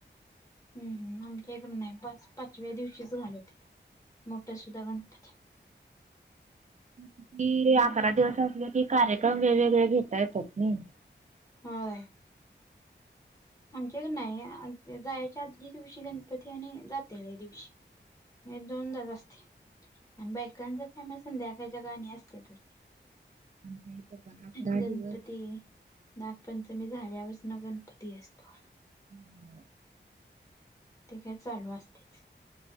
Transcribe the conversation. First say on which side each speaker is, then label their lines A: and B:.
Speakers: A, on the left; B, on the right.
A: हम्म हम्म आमच्या इकड नाही बास पाचव्या दिवशीच घालवतात. मोठा सुद्धा गणपती.
B: कि
A: हम्म
B: अकरा दिवस असले कि कार्यक्रम वेगवेगळे घेता येतात नाही.
A: होय आमच्याकड नाही जायच्या आदल्या दिवशी गणपती आणि जातेल्या दिवशी. हे दोनदाच असते आणि बायकांचा काम संध्या एकाच्या गाणी असते की.
B: आमच्या इथे पण अकरा
A: गणपती.
B: दिवस
A: नागपंचमी झाल्यापासन ना गणपती असतो.
B: हम्म
A: ते काय चालू असतेच